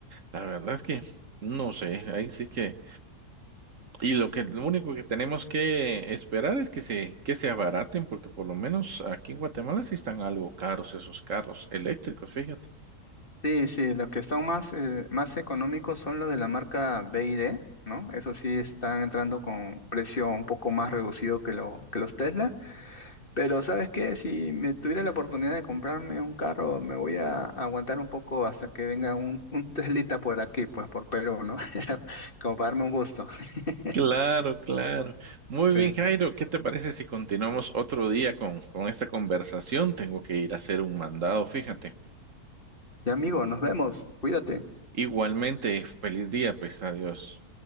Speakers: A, on the right; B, on the left.
A: la verdad es que no sé, ahí sí que... Y lo que, lo único que tenemos que esperar es que se, que se abaraten, porque por lo menos aquí en Guatemala sí están algo caros esos carros eléctricos, fíjate.
B: Sí, sí, los que están más, eh, más económicos son los de la marca B y D ¿no? Eso sí están entrando con precio un poco más reducido que, lo, que los Tesla. Pero ¿sabes qué? Si me tuviera la oportunidad de comprarme un carro, me voy a aguantar un poco hasta que venga un, un <laughs> Teslita por aquí, pues por Perú, ¿no? <laughs> Como para darme un gusto. <laughs>
A: Claro, claro. Muy
B: Sí.
A: bien, Jairo, ¿qué te parece si continuamos otro día con, con esta conversación? Tengo que ir a hacer un mandado, fíjate.
B: Ya amigo, nos vemos. Cuídate.
A: Igualmente, feliz día, pues adiós.